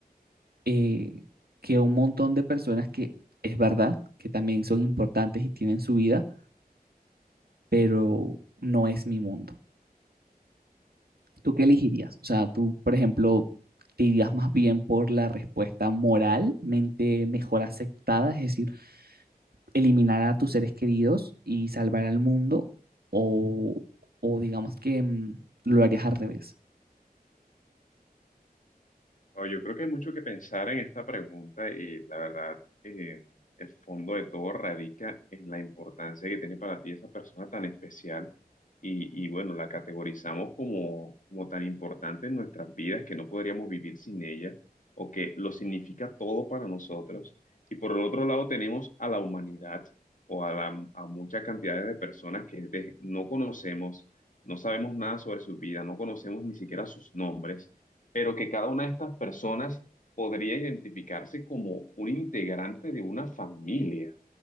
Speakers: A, on the right; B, on the left.
A: eh, que un montón de personas que es verdad que también son importantes y tienen su vida, pero no es mi mundo. ¿Tú qué elegirías? O sea, tú, por ejemplo, te irías más bien por la respuesta moralmente mejor aceptada, es decir, eliminar a tus seres queridos y salvar al mundo, o, o digamos que mm, lo harías al revés.
B: Bueno, yo creo que hay mucho que pensar en esta pregunta y la verdad, eh, el fondo de todo radica en la importancia que tiene para ti esa persona tan especial y, y bueno, la categorizamos como, como tan importante en nuestras vidas que no podríamos vivir sin ella o que lo significa todo para nosotros. Y por el otro lado tenemos a la humanidad o a, la, a muchas cantidades de personas que de- no conocemos, no sabemos nada sobre su vida, no conocemos ni siquiera sus nombres pero que cada una de estas personas podría identificarse como un integrante de una familia.